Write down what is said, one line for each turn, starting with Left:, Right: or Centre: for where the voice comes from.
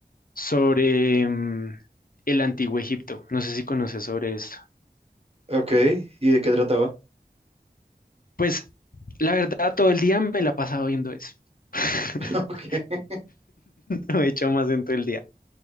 Left: sobre mm, el Antiguo Egipto. No sé si conoces sobre esto.
Right: Ok. ¿Y de qué trataba?
Left: Pues la verdad, todo el día me la he pasado viendo eso. <laughs>
Right: <laughs> Ok.
Left: No he hecho más en todo el día.